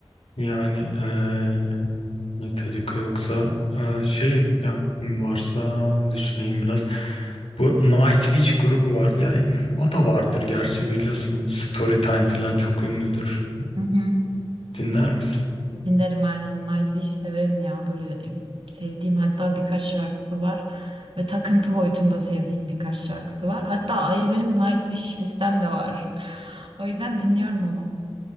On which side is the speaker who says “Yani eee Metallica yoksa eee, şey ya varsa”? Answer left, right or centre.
Left